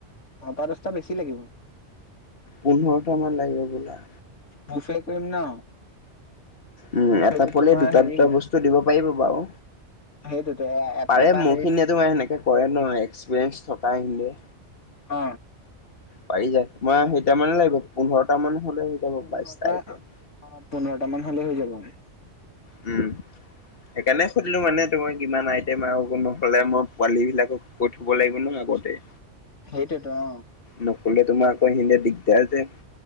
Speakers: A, on the left (about 80°); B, on the left (about 50°).
A: নটা দচটা বেছি লাগিব
B: পোন্ধৰটা মান লাগিব বোলা
A: বিছাৰ কৰিম ন
B: উম
A: বুফেটো
B: এটা পলে
A: তোমাৰ
B: দুটা
A: হেৰি
B: দুটা বস্তু দিব পাৰিব বাৰু
A: সেইটোতে
B: পাৰে
A: এটা
B: মোৰখিনিয়ে
A: হেৰিত
B: তোমাৰ সেনেকে কৰে নহয় এক্সপিৰিয়েঞ্চ থকািে
A: হ
B: পাৰি যায় মোমাৰ সেইট মানে লাগিব পোন্ধৰটা মান হলে হৈ যাব
A: পোন্ধৰটা
B: বাইশটা এ
A: অ পোন্ধৰটা মান হ'লে হৈ যাব আৰু
B: উম সেইকাৰণে সুধিলো মানে তোমাৰ কিমান আইটেম আৰু নহ'লে মই পোৱালী বিলাকক কৈ থব লাগিব ন আগতে
A: সেইটেত অ
B: নকলে তোমাৰ আকৌ সে দিগদাৰ যে